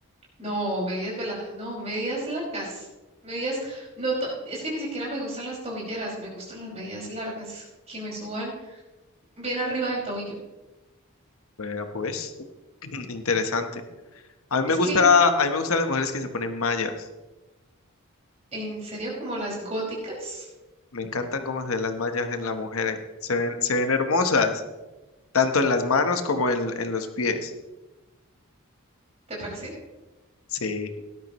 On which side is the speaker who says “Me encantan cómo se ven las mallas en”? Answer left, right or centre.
Left